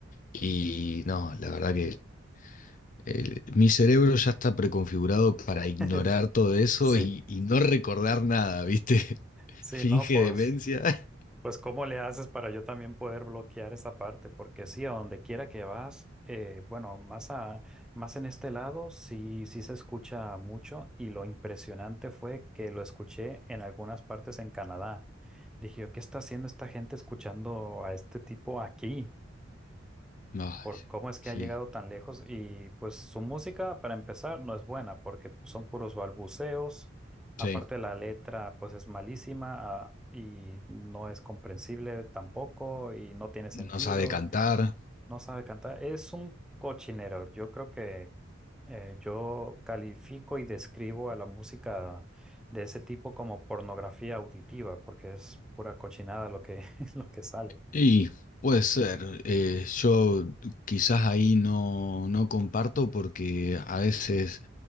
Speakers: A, on the left; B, in the centre.
A: y no, la verdad que el- mi cerebro ya está preconfigurado para
B: <laughs>
A: ignorar todo eso
B: Sí.
A: y, y no recordar nada, ¿viste? <laughs>
B: Sí,
A: Finge
B: no, pues
A: demencia. <laughs>
B: Pues ¿cómo le haces para yo también poder bloquear esa parte? Porque sí, a donde quiera que vas, eh, bueno, más, a, más en este lado sí, sí se escucha mucho y lo impresionante fue que lo escuché en algunas partes en Canadá. Dije, yo, ¿qué está haciendo esta gente escuchando a este tipo aquí?
A: Ay,
B: por cómo es que
A: sí,
B: ha llegado tan lejos y pues su música para empezar no es buena porque pues, son puros balbuceos, aparte
A: sí.
B: la letra pues es malísima ah, y no es comprensible tampoco y no tiene sentido,
A: No sabe cantar.
B: no sabe cantar, es un cochinero, yo creo que eh, yo califico y describo a la música de ese tipo como pornografía auditiva porque es pura cochinada lo que, <laughs> lo que sale.
A: Y puede ser. eh, yo quizás ahí no, no comparto porque a veces